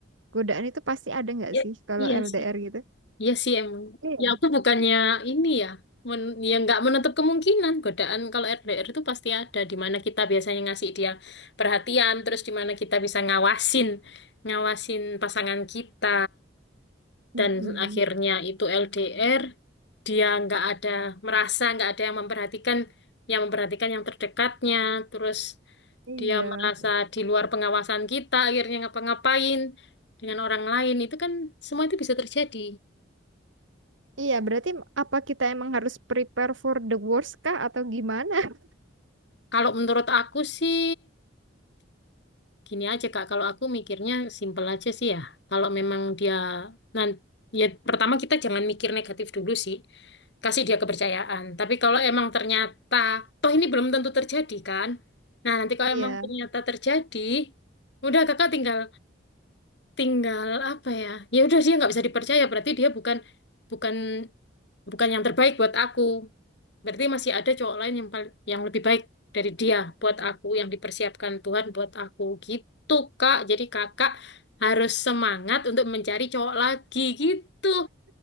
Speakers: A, on the right; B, on the left.
A: godaan itu pasti ada nggak
B: Ya,
A: sih kalau
B: iya
A: LDR
B: sih.
A: gitu?
B: Iya sih emang.
A: Iya.
B: Ya aku bukannya ini ya, men ya nggak menutup kemungkinan godaan kalau RDR itu pasti ada. Di mana kita biasanya ngasih dia perhatian, terus di mana kita bisa ngawasin, ngawasin pasangan kita,
A: Mm-mm.
B: dan akhirnya itu LDR. dia nggak ada merasa nggak ada yang memperhatikan yang memperhatikan yang terdekatnya terus
A: Iya.
B: dia merasa di luar pengawasan kita akhirnya ngapa-ngapain dengan orang lain itu kan semua itu bisa terjadi
A: Iya, berarti apa kita emang harus prepare for the worst kah atau gimana? <laughs>
B: kalau menurut aku sih Gini aja Kak, kalau aku mikirnya simpel aja sih ya. Kalau memang dia nanti ya pertama kita jangan mikir negatif dulu sih. Kasih dia kepercayaan. Tapi kalau emang ternyata toh ini belum tentu terjadi kan. Nah, nanti kalau
A: Iya.
B: emang ternyata terjadi, udah Kakak tinggal tinggal apa ya? Ya udah dia nggak bisa dipercaya berarti dia bukan bukan bukan yang terbaik buat aku. Berarti masih ada cowok lain yang pal- yang lebih baik dari dia buat aku, yang dipersiapkan Tuhan buat aku gitu, Kak. Jadi kakak harus semangat untuk mencari cowok lagi gitu.